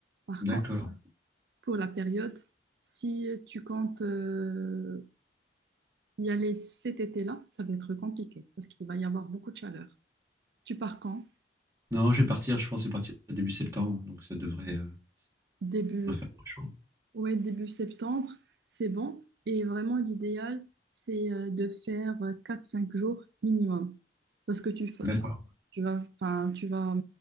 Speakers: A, on the right; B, on the right.
A: Par
B: D'accord.
A: contre, pour la période, si tu comptes euh, y aller cet été-là, ça va être compliqué parce qu'il va y avoir beaucoup de chaleur. Tu pars quand?
B: Non, je vais partir, je pense que je vais partir début septembre, donc ça devrait, euh,
A: Début,
B: devrait faire moins chaud.
A: ouais, début septembre, c'est bon. Et vraiment, l'idéal, c'est euh, de faire euh, 4-5 jours minimum. Parce que tu, fa-
B: D'accord,
A: Tu vas, enfin, tu vas